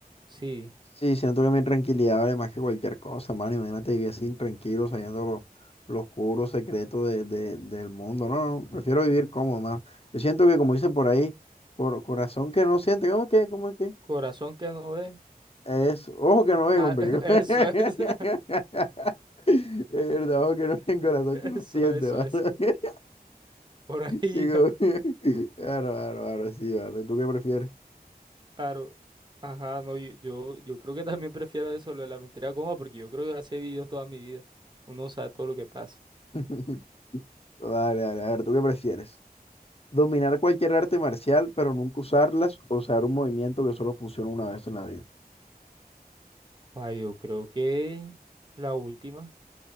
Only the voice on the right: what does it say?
Sí,
corazón que no ve.
Ah,
<laughs> eso
es. <laughs>
Eso,
eso,
eso.
Por ahí,
<laughs>
claro. Ajá, no, yo, yo, yo creo que también prefiero eso, lo de la mentira cómoda, porque yo creo que así he vivido toda mi vida. Uno sabe todo lo que pasa.
Ah, yo creo que la última,